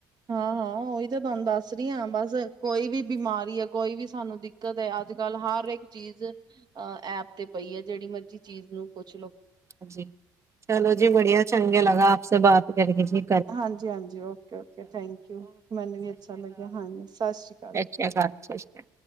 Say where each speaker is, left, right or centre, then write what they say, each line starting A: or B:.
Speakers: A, on the right; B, on the right.
A: ਹਾਂ-ਹਾਂ ਓਹੀ ਤਾਂ ਤੁਆਨੂੰ ਦੱਸ ਰੀ ਆਂ ਬਸ ਕੋਈ ਵੀ ਬਿਮਾਰੀ ਆ ਕੋਈ ਵੀ ਸਾਨੂੰ ਦਿੱ ਕਤ ਏ ਅੱਜ-ਕੱਲ ਹਰ ਇੱਕ ਚੀਜ਼ ਐਪ ਤੇ ਪਈ ਐ ਜੇੜੀ ਮਰਜੀ ਚੀਜ਼ ਨੂੰ ਪੁੱਛ ਲੋੋ।
B: ਹਾਂਜੀ, ਚਲੋ ਜੀ ਬੜੀਆ ਚੰਗੇ ਲਗਾ ਆਪ ਸੇ ਬਾਤ ਕਰਕੇ ਜੀ।
A: ਹਾਂਜੀ-ਹਾਂਜੀ, ਓਕੇ-ਓਕੇ, ਥੈਂਕ ਯੂ ਮੈਨੇ ਵੀ ਅੱਛਾ ਲੱਗਿਆ ਹਾਂਜੀ ਸਸ਼੍ਰੀ
B: ਸਸ਼੍ਰੀਆ ਕਾਲ, ਸਸ਼੍ਰੀ ਕਾਲ।